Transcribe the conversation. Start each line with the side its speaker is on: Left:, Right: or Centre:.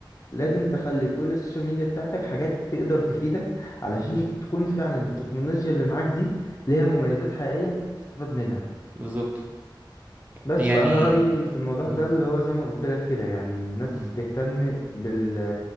Left: لازم تخلي كل السوشيال ميديا بتاعتك حاجات تقدر تفيدك علشان
Right: بالظبط
Left: يك- تكون فعلا التكنولوجيا اللي معاك دي ليها مميزات حقيقية انت بتستفاد منها
Right: بالظبط
Left: بس
Right: يعني
Left: فأنا رأيي في الموضوع
Right: مم.
Left: ده اللي هو زي ما قلت لك كده يعني الناس
Right: مم.
Left: تهتم بال